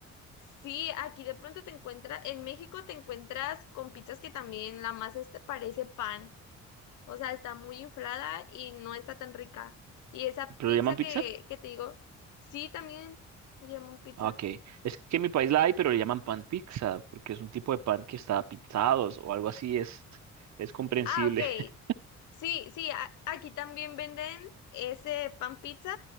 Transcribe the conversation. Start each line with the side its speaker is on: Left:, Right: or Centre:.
Left: Sí, aquí de pronto te encuentras, en México te encuentras con pizzas que también la masa este parece pan O sea, está muy inflada y no está tan rica. Y esa
Right: ¿Pero
Left: pizza
Right: le llaman pizza?
Left: que, que te digo, sí, también llaman pizza.
Right: Ah, Ok. Es que en mi país la hay, pero le llaman pan pizza, porque es un tipo de pan que está pizzado o algo así. Es, es comprensible.
Left: Ah, ok.
Right: <laughs>
Left: Sí, sí, a- aquí también venden ese pan pizza,